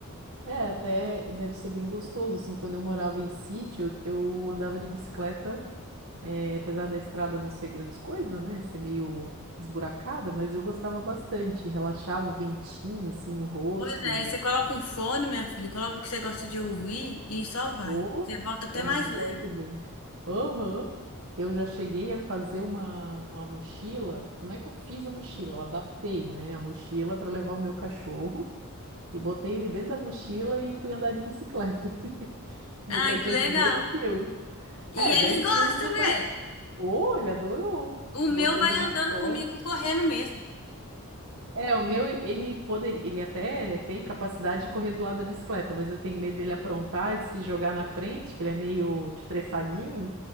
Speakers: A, on the right (about 60°); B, on the left (about 80°).
A: é, até deve ser bem gostoso, assim, quando eu morava em sítio, eu andava de bicicleta, é, apesar da estrada não ser grandes coisas, né, ser meio esburacada, mas eu gostava bastante, relaxava o ventinho, assim, no rosto,
B: Pois é, aí você coloca um fone, minha filha, coloca o que você gosta de ouvir e só vai.
A: Oh,
B: Você volta até
A: é
B: mais
A: muito
B: leve.
A: bom. Aham. Eu já cheguei a fazer uma, uma mochila. Não é que eu fiz a mochila, eu adaptei, né, a mochila para levar o meu cachorro e botei ele dentro da mochila e fui andar de bicicleta. <laughs> Meu cachorro
B: Ai, que legal.
A: tem 10 quilos.
B: E
A: É,
B: eles
A: 10
B: gostam,
A: quilos não
B: né?
A: parece Oh, ele adorou.
B: O meu
A: Botei
B: vai
A: ele
B: andando
A: nas costas.
B: comigo correndo mesmo.
A: É, o meu, ele poderia, ele até tem capacidade de correr do lado da bicicleta, mas eu tenho medo dele aprontar e se jogar na frente, que ele é meio estressadinho.